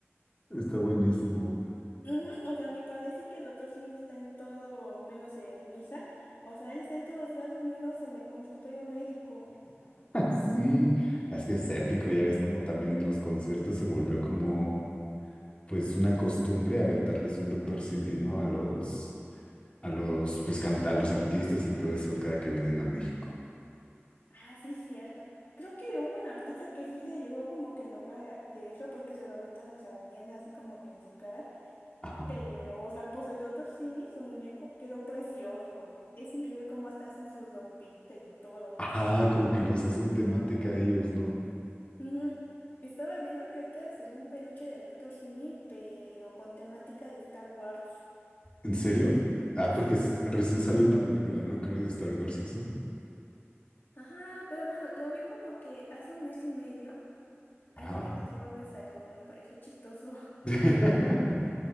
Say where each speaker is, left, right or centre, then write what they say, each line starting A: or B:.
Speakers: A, on the left; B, on the left.
A: está buenísimo. <laughs>
B: Ujú, O sea, ni para decir que Doctor Simi está en todo, menos en misa. O sea, él está en todos lados, menos en el consultorio médico.
A: Sí, es que es épico, ya ves como también en los conciertos se volvió como, pues, una costumbre aventarles un Doctor Simi, ¿no? A los, a los, pues, canta, a los artistas y todo eso cada que vienen a México.
B: Ah, sí, cierto. Creo que hubo un artista que sí se llegó como que a enojar de eso porque se lo aventan, o sea, bien así como que en su cara.
A: Ajá.
B: Pero, o sea, pues el Doctor Simi, su muñeco, quedó precioso. Es increíble cómo hasta hacen su ropita y todo.
A: Ajá, como que los hacen temática a ellos, ¿no?
B: Ujú. Estaba viendo que ahorita salió un peluche de Doctor Simi, pero con temática de Star Wars.
A: ¿En serio? Ah,
B: Sí.
A: porque s- recién salió una película, ¿no? Creo de Star Wars y eso.
B: Ajá, pero bueno, lo vi como que hace un mes y medio,
A: Ajá.
B: así que pues igual me salió, me pareció chistoso. <laughs>
A: <laughs>